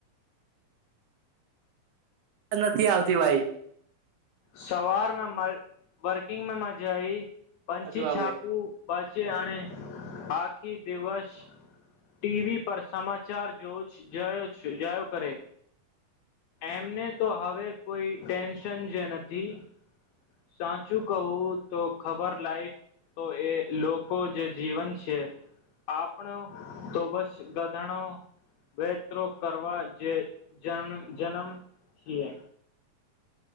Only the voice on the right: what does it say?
નથી આવતી ભાઈ
હજુ આવે